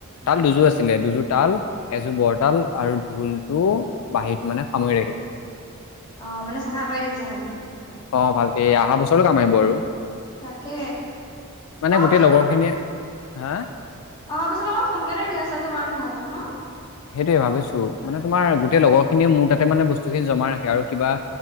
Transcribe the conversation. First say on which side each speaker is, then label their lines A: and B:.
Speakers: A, on the left (about 75°); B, on the left (about 20°).
A: তাল
B: উম
A: দুযোৰ আছিলে দুযোৰ। তাল এযোৰ বৰতাল আৰু ঢোলটো বাঁহীত মানে সামৰি ৰাখিছো।
B: অ' মানে চাফা কৰি ৰাখিছা ভালকে।
A: অ ভালকে অহা বছৰো কাম আহিব আৰু
B: তাকে
A: মানে
B: অহা
A: গোটেই
B: বছৰ
A: লগৰ খিনিয়ে হা
B: অহা পাছত আকৌ সোনকালে ৰিহাৰ্চেলটো কৰাটো ভাল হব ন
A: সেইটোয়ে ভাবিছো মানে তোমাৰ গোটেই লগৰ খিনিয়ে মোৰ তাতে মানে বস্তু খিনি জমা ৰাখে আৰু কিবা